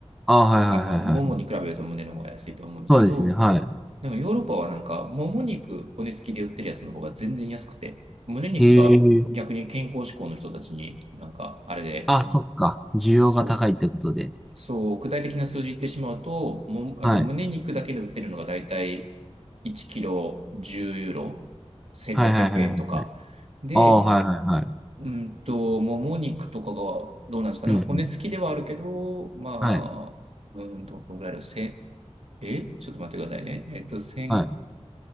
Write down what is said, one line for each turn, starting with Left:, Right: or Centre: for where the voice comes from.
Centre: ああ、はいはいはいはい。
Right: あの、ももに比べると胸の方が安いと思うんですけど、
Centre: そうですね。はい。
Right: でもヨーロッパはなんか、もも肉骨付きで売ってるやつの方が全然安くて、胸肉が逆に健康志向の人たちになんか、
Centre: へえ。
Right: あれで、
Centre: あ、そっか。需要が高いってことで。
Right: そう、そう、具体的な数字言ってしまうと、も、あと胸肉だけで売ってるのがだいたい
Centre: はい。
Right: 1キロ10ユーロ、1600円とか。
Centre: はいはいはいはい。
Right: で、
Centre: ああ、はいはいはい。
Right: うんと、もも肉とかがどうなんですかね。
Centre: うんうん。
Right: まあ、骨付きではあるけど、まあ、
Centre: はい。
Right: うんと、どのぐらいだろう。せんえちょっと待ってくださいね。えっと、千
Centre: はい。